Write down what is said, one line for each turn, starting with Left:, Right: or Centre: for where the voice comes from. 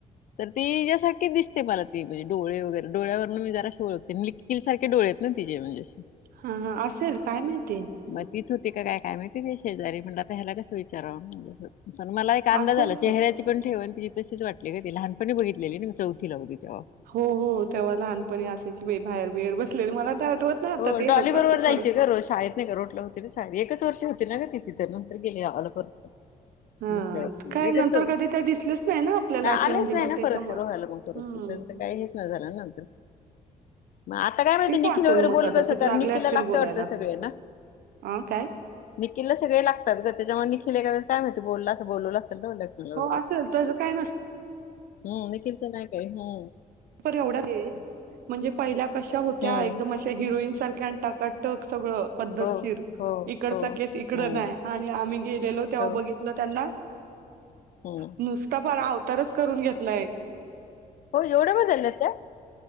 Left: तर ती इच्यासारखी दिसते मला ती बी डोळे वगैरे डोळ्यावरन मी जराशी ओळख निकील सारखे डोळे आहेत ना, तिचे म्हणजे असे.
Right: हा ह असेल काय माहिती.
Left: म तीच होती का काय काय माहिती तिया शेजारी, म्हणल आता ह्याला कस विचारावं म असं. पण मला एक अंदाज
Right: असेल
Left: आला चेहऱ्याची
Right: कदाचित.
Left: पण ठेवन तिची तशीच वाटली काय ते लहानपनी बघितलेली नी मी चौ तिला उगीच <unintelligible>
Right: हो हो तेव्हा लहानपणी अस त्याची बाई बाहेर बियेर बसलेली मला तर आठवत नाही आता
Left: हो
Right: ते
Left: डॉली
Right: लोक
Left: बरोबर जायचे
Right: थोड
Left: ग रोज शाळेत नाही का रोटला होती एकच वर्ष होती ना ग ति तिथं नंतर गेली गावाला पर
Right: हा
Left: दुसऱ्या वर्षी
Right: काय
Left: लेकच
Right: नंतर
Left: तो
Right: कधी काय दिसलेच नाही ना आपल्याला
Left: नां
Right: असे
Left: आलेच
Right: म्हणजे
Left: नाही
Right: मग
Left: ना
Right: त्याच्यामुळं
Left: परत ते रोहायला मंग परत
Right: हम्म
Left: त्यांच काही यीसना झाला नंतर. म आता काय माहिती,
Right: तीच
Left: निखिल
Right: असेल
Left: वगैरे
Right: मग
Left: बोलत
Right: कदाचित
Left: असं तर
Right: लागले
Left: निखिलला
Right: असतील
Left: लागत
Right: बोलायला
Left: वाटत सगळे ना!
Right: हा काय
Left: निखिलला सगळे लागतात ग, त्याच्यामुळे निखिल एका वेळेस काय माहिती बोलला असं बोलवलं असल नां म्हणलं. तूला वगैरे
Right: हो असेल
Left: <unintelligible>
Right: त्याचं काय नसतं
Left: हु निखिल च नाही काय हु!
Right: पर एवढ्यातं ये म्हणजे पहिल्या कशा होत्या
Left: हम्म
Right: एकदम च्या हिरोईन सारख्या अन टाकटक सगळं. पद्धतशीर
Left: हो हो
Right: इकडचा
Left: हो
Right: केस इकड
Left: हम्म
Right: नाही, आणि आम्ही गेलेलो तेव्हा
Left: हो
Right: बघित ल त्यांना,
Left: हम्म
Right: नुसता फार अवतारच करून घेतलाय.
Left: हो एवढं बदल्यात त्या!